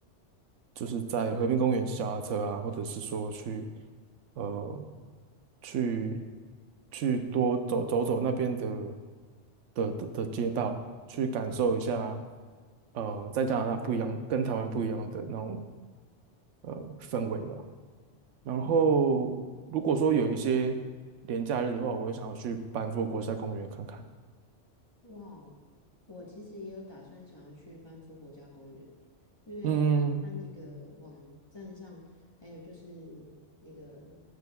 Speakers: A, on the right (about 80°); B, on the left (about 25°).
A: 就是在和平公园骑脚踏车啊，或者是说去呃去去多走走走那边的的的的街道，去感受一下呃在加拿大不一样，跟台湾不一样的那种呃氛围吧。然后如果说有一些连假日的话，
B: 嗯，
A: 我会想要去班夫国家公园看看。
B: 哇哦，我其实也有打算想要去班夫国家公园，因为看那个网站上，
A: 嗯
B: 还有就是那个